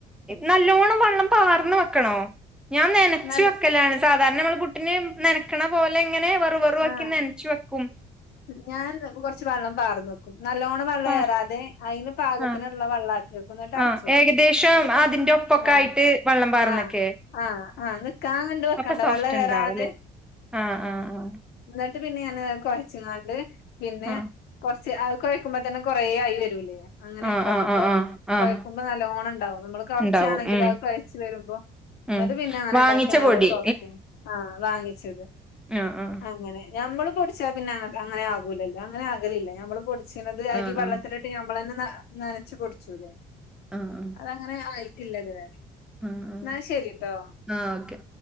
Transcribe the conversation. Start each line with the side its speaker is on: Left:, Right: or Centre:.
Centre: നല്ലോണ്ണം വള്ളം പാർന്ന് വെക്കണോ? ഞാൻ നനച്ചു
Left: നല്ല
Centre: വെക്കലാണ്. സാധാരണ നമ്മൾ പുട്ടിന് നനക്ക്ണ പോലെ ഇങ്ങനെ വെറും വെറു ആക്കി
Left: ആഹ്
Centre: നൻച്ചു വെക്കും.
Left: ഞാൻ രെ കൊറച്ച് വെള്ളം പാർന്നെക്കും. നല്ലോണം വള്ളേറാതെ
Centre: ആഹ്
Left: അയ്ന് പാകത്തിനുള്ള
Centre: ആഹ്
Left: വള്ളാക്കി വെക്കും. ഇന്നട്ട് അടച്ച്
Centre: ആഹ്
Left: വെക്കും.
Centre: ഏകദേശം
Left: ന്നട്ട് പിന്നെ
Centre: അതിന്റെ ഒപ്പൊക്കെ
Left: ആഹ്
Centre: ആയിട്ട് വെള്ളം പാർന്നൊക്കെ
Left: ആഹ് ആഹ് ആഹ് നിക്കാൻ കണ്ട് വെക്കണ്ട.
Centre: അപ്പൊ സോഫ്റ്റ്
Left: വെള്ളേറാതെ
Centre: ഉണ്ടാവുംല്ലേ ആഹ് ആഹ് ആഹ്
Left: ഇന്നട്ട് പിന്നെ ഞാനത് കൊഴച്ച്ങ്ങാണ്ട് പിന്നെ
Centre: ആഹ്
Left: കൊർച്ച് അത് കൊഴക്കുമ്പം തന്നെ കൊറേ ആയി വരൂലേ. അങ്ങനെയ്ള്ളത്
Centre: ആഹ് ആഹ് ആഹ് ആഹ്
Left: കൊയ്
Centre: ആഹ് ആഹ്
Left: കൊയ്ക്കുമ്പം നല്ലോണം ണ്ടാവും. നമ്മള് കൊർച്ചാണെങ്കിലും
Centre: ഇണ്ടാവും ഉം
Left: അത് കൊയ്ച്ച് വരുമ്പം. ന്നട്ട്
Centre: ഉം
Left: പിന്നെ അങ്ങനെ
Centre: വാങ്ങിച്ച
Left: ഇണ്ടാക്ക്യാണ്ട് നല്ല
Centre: പൊടി
Left: സോഫ്റ്റും ആഹ് വാങ്ങിച്ചത്
Centre: നാ ആഹ്.
Left: അങ്ങനെ. ഞമ്മള് പൊട്ച്ചാ പിന്നെ അങ്ങനെ ആകൂലല്ലാ അങ്ങനെ ആകലില്ല. ഞമ്മള് പൊടിച്ച്ണത് അരി
Centre: ആഹ്
Left: വള്ളത്തില് ട്ട് നമ്മളന്നെ ന, നനച്ചു പൊടിച്ചൂല്ലേ
Centre: ആഹ് ആഹ്
Left: അതങ്ങനെ ആയിട്ടില്ല ഇത് വെരെ.
Centre: ആഹ്
Left: ന്നാ ശരിട്ടോ.
Centre: ആഹ് ഓക്കെ.